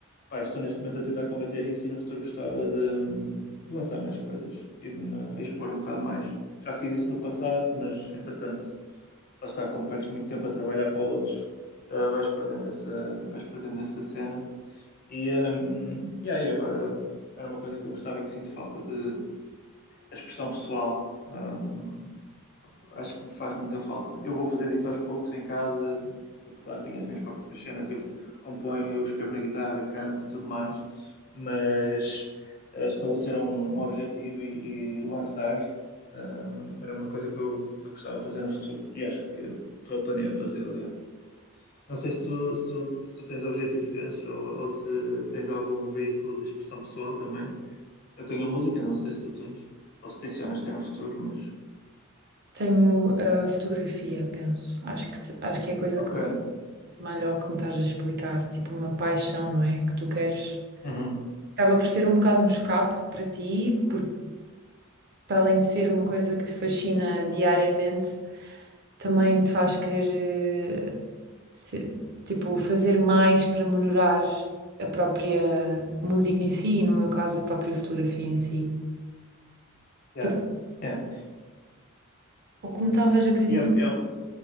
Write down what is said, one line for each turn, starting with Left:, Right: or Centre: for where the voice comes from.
Left: pá, estou neste momento a tentar combater isso e no futuro gostava de, hum, de lançar mais coisas e de me expor um bocado mais. Já fiz isso no passado, mas entretanto, lá está, como perdes muito tempo a trabalhar para outros, ah, vais perdendo essa, vais perdendo essa cena. E, hum, e aí agora era uma coisa que eu gostava e que sinto falta de a expressão pessoal. hum, acho que me faz muita falta. Eu vou fazendo isso aos poucos em casa, claro que tenho as minhas próprias cenas, eu componho, eu escrevo na guitarra, canto e tudo mais, mas eh, estabelecer um, um objetivo e, e lançar eh, era uma coisa que eu, que eu gostava de fazer no futuro e acho que estou a planear fazê-lo. yeah. Não sei se tu, se tu, se tu tens objetivos desses ou, ou se tens algum veículo de expressão pessoal também. Eu tenho a música, não sei se tu tens, ou se tencionas ter no futuro, mas.
Right: tenho a fotografia, penso. Acho que se- acho que é a coisa
Left: Ok.
Right: que mais se assemelha ao que me estás a explicar, tipo uma paixão, não é? Que tu queres
Left: Uhum.
Right: Acaba por ser um bocado um escape para ti, porque para além de ser uma coisa que te fascina diariamente, também te faz querer, eh, se- tipo, fazer mais para melhorar a própria música em si, e no meu caso, a própria fotografia em si.
Left: Yeah,
Right: Tipo,
Left: yeah.
Right: ou como estavas a querer dizer,
Left: Yeah, yeah.